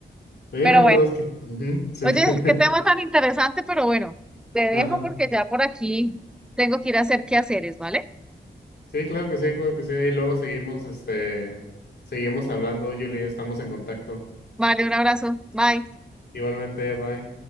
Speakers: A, on the left; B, in the centre.
A: Eh,
B: Pero
A: pues
B: bueno,
A: es que. ujú, sí.
B: oye,
A: <laughs>
B: qué tema tan interesante, pero bueno, te dejo
A: Ajá.
B: porque ya por aquí tengo que ir a hacer quehaceres, ¿vale?
A: Sí, claro que sí, claro que sí. Y luego seguimos, este, seguimos hablando, Julian, estamos en contacto.
B: Vale, un abrazo. Bye.
A: Igualmente, bye.